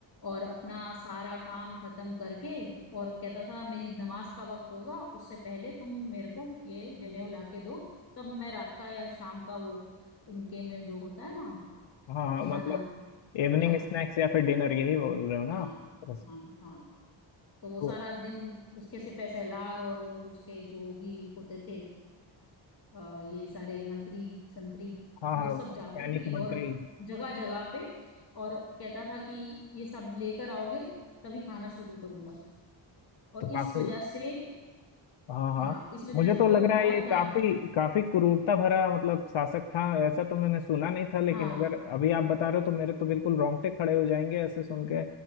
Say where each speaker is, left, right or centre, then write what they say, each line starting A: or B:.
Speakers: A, on the left (about 50°); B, on the left (about 70°).
A: और अपना सारा काम खत्म करके और कहता था मेरी नमाज का वक्त होगा उससे पहले तुम मेरे को ये जनेऊ ला के दो तब मैं रात का या शाम का वो उनके में जो होता है ना
B: हाँ हाँ,
A: खाना
B: मतलब इवनिंग
A: खाएंगे
B: स्नैक्स या फिर डिनर यही बोल रहे हो ना
A: हाँ
B: आप दरअसल।
A: हाँ हाँ तो वो
B: तो
A: सारा दिन उसके से पैसेदार और वो उसके जो भी होते थे अ, ये सारे मंत्री संतरी
B: हाँ हाँ
A: वो सब
B: वैज्ञानिक
A: जाते थे
B: मंत्री
A: और जगह जगह पे और कहता था कि ये सब लेकर आओगे तभी खाना शुरू करूंगा और
B: तो काफी
A: इस वजह से
B: हाँ हाँ
A: हाँ इस वजह
B: मुझे
A: से
B: तो
A: वो
B: लग रहा है
A: बहुत
B: ये
A: ज्यादा
B: काफी काफी क्रूरता भरा मतलब शासक था ऐसा तो मैंने सुना नहीं था लेकिन
A: हाँ
B: अगर अभी आप बता रहे हो तो मेरे तो बिल्कुल रोंगटे खड़े हो जाएंगे ऐसे सुन के